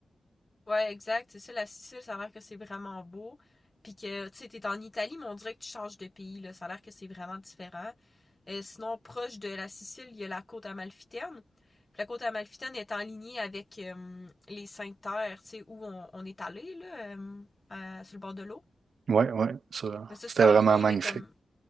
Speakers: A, on the left; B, on the right.
A: Ouais, exact. C'est ça, la Sicile, ça a l'air que c'est vraiment beau. Puis que, tu sais, t'es en Italie, mais on dirait que tu changes de pays, là. Ça a l'air que c'est vraiment différent. Euh, sinon, proche de la Sicile, il y a la côte amalfitaine. Puis la côte amalfitaine est en lignée avec euh, les Cinq Terres, tu sais, où on, on est allé, là, euh, à- sur le bord de l'eau.
B: Ouais, ouais, ça,
A: Mais ça,
B: c'était
A: c'est en
B: vraiment
A: lignée,
B: magnifique.
A: mais comme...